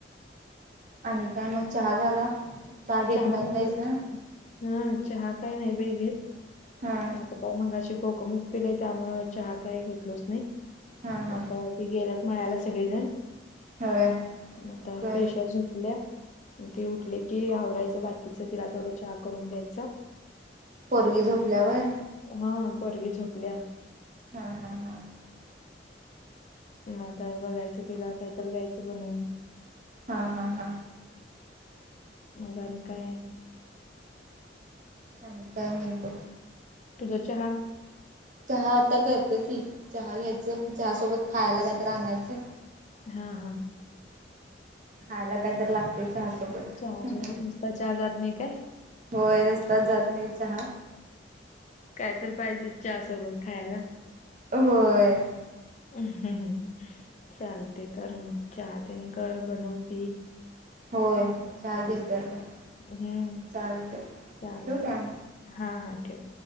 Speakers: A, on the right; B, on the left.
A: आणि काय मग चहा झाला. घेतणार
B: चहा म्हणजे
A: नाहीस ना?
B: ह चहा काय नाही बाई घेत.
A: हा
B: आता काय मगाशी कोकमच पिलोय त्यामुळच चहा काय घेतलच नाही
A: हा हा
B: मग आता. गेलात मळ्याला सगळेजण
A: होय
B: आता
A: होय
B: मग पेशा झोपल्या. मग ती उठली की आवरायचं बाकीचं तिला थोडं चहा करून द्यायचा.
A: पोरगी झोपल्या होय.
B: हा पोरगी झोपल्या.
A: हा हा हा.
B: मग आता बघायचं तिला कायतर द्यायच बनवून.
A: हा हा हा.
B: मग आणि काय.
A: ह काय नाही बघ.
B: तुझं चहा.
A: चहा आता करतो की चहा घ्यायच चहा सोबत खायला काय तर आणायचं.
B: हा हा.
A: खायला काय तर लाग. चहा सोबत
B: चहासोबत
A: अअ
B: नुसता चहा जात नाही काय?
A: होय नुसतंच जात नाही चहा.
B: काय तर पाहिजेच चहा सोबत खायाला
A: होय
B: हम्म चालतय कर मग चहा तेन कर बनव पी
A: होय
B: मी पण चहा
A: घेते
B: पिते
A: आता
B: हम्म
A: चालते ठेवू
B: चालतंय
A: काय?
B: हा-हा ठेव